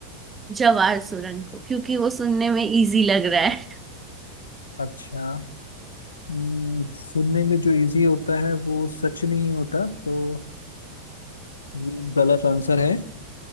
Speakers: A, on the right; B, on the left.
A: जवार सुरंग को क्योंकि वो सुनने में इजी लग रहा है
B: अच्छा हम्म, सुनने में जो इजी होता है वो सच नहीं होता तो ये गलत आंसर है